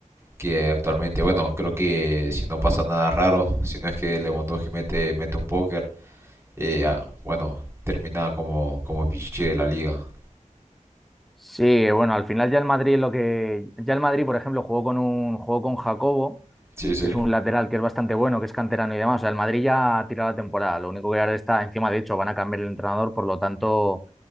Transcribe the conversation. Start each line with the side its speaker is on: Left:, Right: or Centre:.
Right: que actualmente, bueno, creo que si no pasa nada raro, si no es que Lewandowski mete, mete un póker, eh, ah, bueno, termina como, como Pichichi de la liga.
Centre: Sí, bueno, al final ya el Madrid lo que. Ya el Madrid, por ejemplo, jugó con un, jugó con Jacobo.
Right: Sí, sí,
Centre: que es un lateral que es bastante bueno, que es canterano y demás. O sea, el Madrid ya ha tirado la temporada. Lo único que ahora está encima, de hecho, van a cambiar el entrenador, por lo tanto,